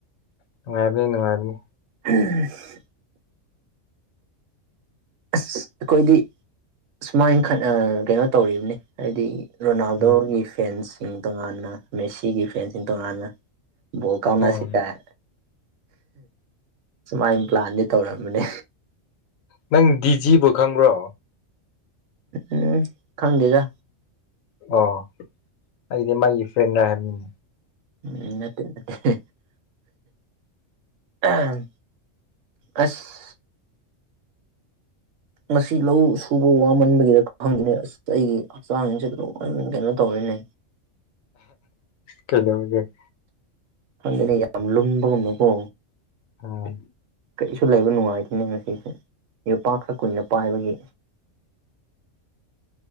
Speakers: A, on the left; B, on the right.
A: ꯅꯨꯡꯉꯥꯏꯕꯅꯤ ꯅꯨꯡꯉꯥꯏꯕꯅꯤ
B: <unintelligible> ꯑꯁ ꯑꯩꯈꯣꯏꯗꯤ ꯁꯨꯃꯥꯏꯅ ꯈꯠꯅ ꯀꯩꯅꯣ ꯇꯧꯔꯤꯕꯅꯤ ꯍꯥꯏꯗꯤ ꯔꯣꯅꯥꯜꯗꯣꯒꯤ
A: ꯎꯝ
B: ꯐꯦꯟꯁꯤꯡ ꯇꯣꯉꯥꯟꯅ ꯃꯦꯁꯤꯒꯤ ꯐꯦꯟꯁꯤꯡ ꯇꯣꯉꯥꯟꯅ ꯕꯣꯜ ꯀꯥꯎꯅꯁꯤ
A: ꯑꯣ
B: ꯀꯥꯏ ꯁꯨꯃꯥꯏꯅ ꯄ꯭ꯂꯥꯟꯗꯤ ꯇꯧꯔꯝꯕꯅꯦ
A: ꯅꯪ ꯗꯤꯖꯤꯕꯨ ꯈꯪꯕ꯭ꯔꯣ
B: ꯎꯝ ꯈꯪꯗꯦꯗ
A: ꯑꯣ ꯑꯩꯗꯤ ꯃꯥꯒꯤ ꯐ꯭ꯔꯦꯟꯔ ꯍꯥꯏꯕꯅꯤꯅꯦ
B: ꯎꯝ ꯅꯠꯇꯦ ꯅꯠꯇꯦ ꯑꯍꯝ ꯑꯁ ꯉꯁꯤ ꯂꯧ ꯁꯨꯕ ꯋꯥꯃꯟꯕꯒꯤꯔ ꯈꯪꯗꯦꯅꯦ ꯑꯁ ꯑꯩꯒꯤ ꯍꯛꯆꯥꯡꯁꯤꯡꯁꯦ ꯂꯣꯏꯅ ꯀꯩꯅꯣ ꯇꯧꯔꯦꯅꯦ
A: ꯀꯩꯗꯧꯔꯒꯦ
B: ꯈꯣꯗꯦ ꯌꯥꯝ ꯂꯨꯝꯕꯒꯨꯝꯅꯀꯣ
A: ꯑꯣ
B: ꯀꯔꯤꯁꯨ ꯂꯩꯕ ꯅꯨꯡꯉꯥꯏꯇꯦꯅꯦ ꯉꯁꯤꯁꯦ ꯌꯣꯄꯥꯛ ꯈꯔ ꯀꯨꯏꯅ ꯄꯥꯏꯕꯒꯤ